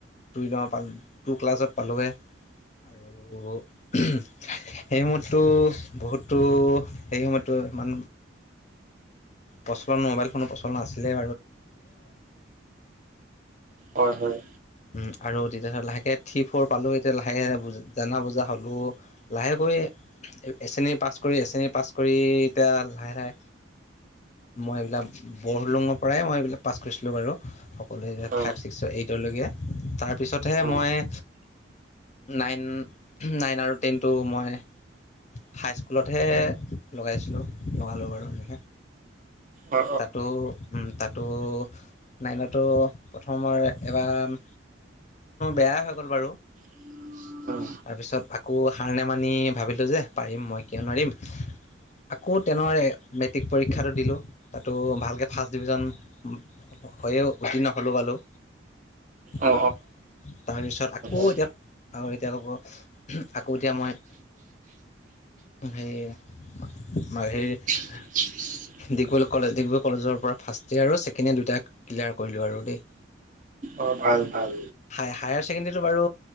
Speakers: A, on the left (about 35°); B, on the right (about 40°).
A: দুই ন, টু ক্লাছত পালোঁগে। আৰু সেই সময়তো, বহুতো সেই সময়ততো ইমান প্ৰচলন, মোবাইল ফোনৰ প্ৰচলন আছিলে।
B: হয়-হয়।
A: উম', আৰু তেতিয়া লাহেকে থি ফ'ৰ পালো, এতিয়া লাহেকে জানা বুজা হলো। লাহেকৈ, এ শ্ৰেণী পাছ কৰি, এ শ্ৰেণী পাছ কৰি, এতিয়া লাহে-লাহে মই এইবিলাক, বৰহলুঙৰ পৰাই মই এইবিলাক পাছ কৰিছিলোঁ বাৰু। সকলোৱে,
B: অ
A: ফাইভ ছিক্স এইটলৈকে, তাৰপিছতহে
B: অ
A: মই নাইন, নাইন আৰু টেনটো মই হাইস্কুলতহে, লগাইছিলোঁ। লগালোঁ বাৰু এনেকৈ।
B: অ
A: তাতো তাতো, নাইনতো প্ৰথমৰ এবাৰ <unintelligible> বেয়াই হৈ গ'ল বাৰু।
B: <unintelligible>
A: তাৰপিছত আকৌ সাৰ নেমানি ভাবিলোঁ যে পাৰিম মই কিয় নোৱাৰিম। আকৌ তেনৰ মেট্ৰিক পৰীক্ষাটো দিলোঁ, তাতো ভাল ফাৰ্ষ্ট ডিভিজন, উম' হৈয়ে উত্তীৰ্ণ হ'লোঁ বালোঁ। তাৰপিছত
B: অ অ
A: আকৌ
B: অ
A: এতিয়া আৰু এতিয়া ক'ব, আকৌ এতিয়া মই। হেৰি <unintelligible>
B: <unintelligible>
A: দীঘল কলেজ ডিব্ৰগড় কলেজৰ পৰা ফাৰ্ষ্ট ইয়েৰ আৰু ছেকেণ্ড ইয়েৰ দুইটা ক্লিয়াৰ কৰিলোঁ আৰু দেই।
B: অ' ভাল ভাল।
A: হাই হায়াৰ ছেকেণ্ডেৰীটো বাৰু,